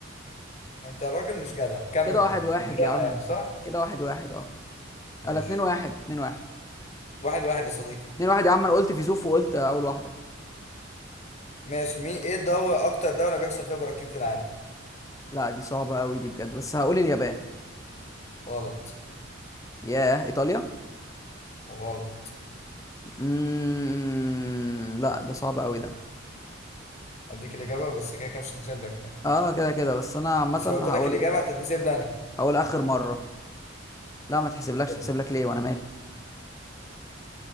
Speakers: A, on the left (about 35°); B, on the left (about 15°).
A: انت الراجل مش جدع كمل
B: كده واحد
A: يا عم
B: واحد
A: قلت
B: يا عم
A: انا يعني صح
B: كده واحد واحد اه
A: ماشي
B: لا 2 1 2 1
A: واحد واحد يا صديقي
B: 2 1 يا عم انا قلت فيزوف وقلت اول واحده
A: ماشي مين ايه الدولة اكتر دولة بيحصل فيها براكين في العالم
B: لا دي صعبه قوي دي بجد بس هقول اليابان
A: غلط
B: ياه ايطاليا
A: غلط
B: مم... لا ده صعب قوي ده
A: اديك الاجابه بس كده كده مش هتحسب لك يعني
B: اه كده كده بس انا عامه
A: بس لو قلت لك
B: هقول
A: الاجابه هتتحسب لي انا
B: هقول اخر مره لا ما تحسبلكش
A: اتفضل
B: تحسب لك ليه وانا مالي